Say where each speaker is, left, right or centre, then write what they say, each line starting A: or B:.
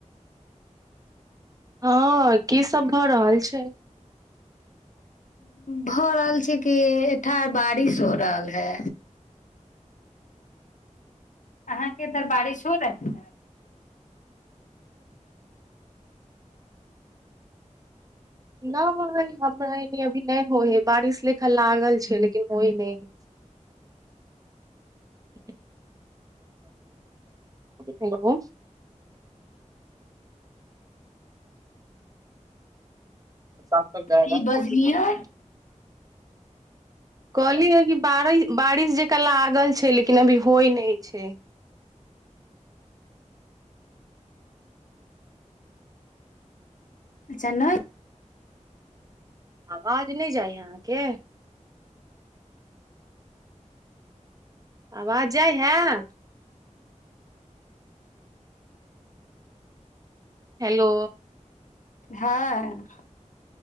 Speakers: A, on the right; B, on the left.
A: हँ की सब भऽ रहल छै
B: भऽ रहल छै कि ठार बारिश हो रहल है। अहाँके इधर बारिश हो रहै
A: नय हमरा ए अभी नय होइ है बारिश लेखल लागल छै लेकिन होय नय है <unintelligible> हेलो शाम तक जाएगा
B: की बजलियै
A: <unintelligible> कहली है कि बार बारिश जेक लागल छै लेकिन अभी होइ नय छै
B: अच्छा नय
A: आवाज नय जाइ हइ अहाँके आवाज जाइ हैं। हेलो
B: हँ।